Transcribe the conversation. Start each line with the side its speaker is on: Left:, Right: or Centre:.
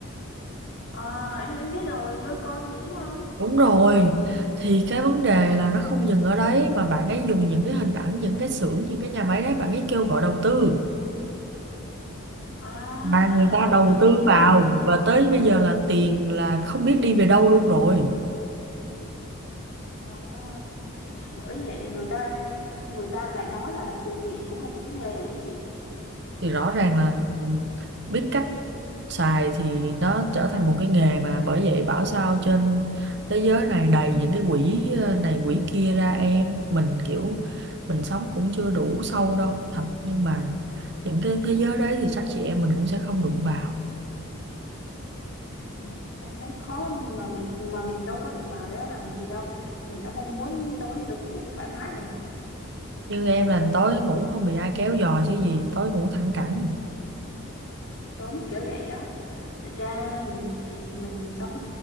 Left: à em em biết rồi lôi con gì đúng không
Right: Đúng rồi, thì cái vấn đề là nó không dừng ở đấy mà bạn ấy dùng những cái hình ảnh, những cái xưởng, những cái nhà máy đấy bạn ấy kêu gọi đầu tư
Left: à
Right: mà người
Left: à
Right: ta đầu tư
Left: hình như
Right: vào
Left: em
Right: và tới bây giờ là tiền là không biết đi về đâu luôn rồi
Left: à, bởi vậy người ta người ta lại nói là từ thiện cũng là một cái nghề ấy chị
Right: thì rõ ràng là biết cách xài thì nó trở thành một cái nghề mà bởi vậy bảo sao trên thế giới này đầy những cái quỹ ờ, này quỹ kia ra em mình kiểu mình sống cũng chưa đủ sâu đâu thật nhưng mà những cái thế giới đấy thì chắc chị em mình cũng sẽ không đụng vào
Left: Ừ, em thấy khó mà mình mà mình đâu có đụng vào để nó làm gì đâu mình đã mong muốn tối được ngủ thoải mái rồi mà
Right: như em là tối ngủ không bị ai kéo giò chứ gì tối ngủ thẳng cẳng
Left: sớm kiểu vậy đó thật ra mình mình sống